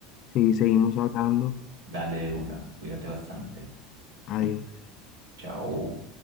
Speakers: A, on the left; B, on the right.
A: si seguimos hablando,
B: Dale de una, cuídate bastante.
A: adiós.
B: Chao.